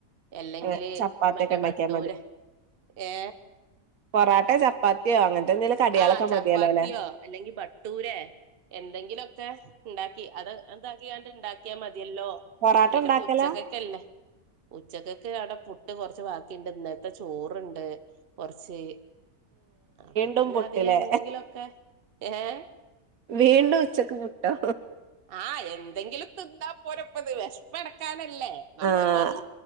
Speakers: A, on the right; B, on the right.
A: അല്ലെങ്കില്
B: അങ്ങനെ ചപ്പാത്തിയൊക്കെ
A: മറ്റേ
B: ഇണ്ടാക്കിയാ
A: ബട്ടൂര് ഏ
B: പൊറോട്ടോ ചപ്പാത്തിയോ അങ്ങനത്തെ എന്തെങ്കിലും കടികളൊക്കെ
A: ആഹ് ചപ്പാത്തിയോ
B: മതിയല്ലോ ല്ലേ
A: അല്ലെങ്കിൽ ബട്ടൂരെ എന്തെങ്കിലും ഒക്കെ ഇണ്ടാക്കി അത് എന്താക്കി ക ഇണ്ടാക്കിയാ മതിയല്ലോ
B: പൊറാട്ട
A: പിന്നെ
B: ഇണ്ടാക്കലാ
A: പുച്ചക്കൊക്കെല്ലേ ഉച്ചക്ക്ക്ക് അവിടെ പുട്ട് കൊറച്ച് ബാക്കിണ്ട് ഇന്നത്തെ ചോറ്ണ്ട് കുറച്ച് അപ്പൊ
B: ഇപ്പോം
A: പിന്നെ
B: പുട്ടില്ലേ
A: അതിലെന്തെങ്കിലൊക്കെ ഏഹ്
B: വീണ്ടും ഉച്ചക്ക് പുട്ടോ
A: ആഹ് എന്തെങ്കിലും തിന്നാ പോരപ്പത് വിഷമം എടക്കാനല്ലേ നമ്മളിപ്പോ
B: ആഹ്
A: അത്